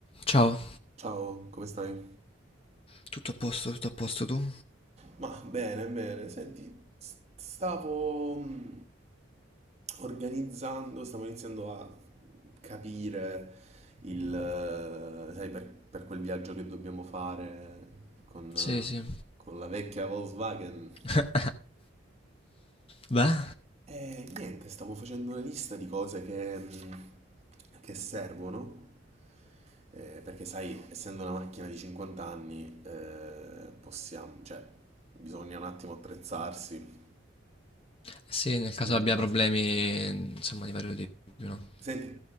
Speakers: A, on the left; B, on the right.
A: Ciao.
B: Ciao, come stai?
A: Tutto a posto, tutto a posto tu?
B: Ma bene, bene, senti, s- stavo mm, organizzando, stavo iniziando a capire il, eh, sai, per, per quel viaggio che dobbiamo fare con,
A: Sì, sì.
B: eh, con la vecchia Volkswagen.
A: <laughs> Beh?
B: E niente, stavo facendo una lista di cose che, mm, che servono, eh, perché sai, essendo una macchina di 50 anni, eh, possiamo, cioè, bisogna un attimo attrezzarsi
A: Sì, nel caso
B: nel
A: abbia
B: caso.
A: problemi,
B: Mm.
A: insomma, di vario tipo, no?
B: Senti,